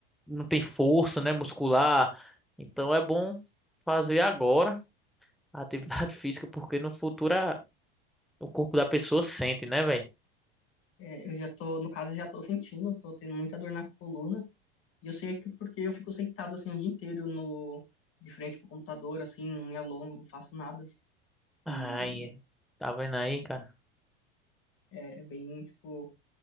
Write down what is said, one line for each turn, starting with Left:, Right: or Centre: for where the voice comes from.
Centre: não tem força, né, muscular. Então é bom fazer agora a atividade <laughs> física, porque no futuro a- o corpo da pessoa sente, né, velho?
Left: É, eu já tô, no caso, eu já tô sentindo, tô tendo muita dor na coluna. E eu sei que porque eu fico sentado assim o dia inteiro no de frente pro computador, assim, não me alongo, não faço nada. E
Centre: Ai, tá vendo aí, cara?
Left: é é bem tipo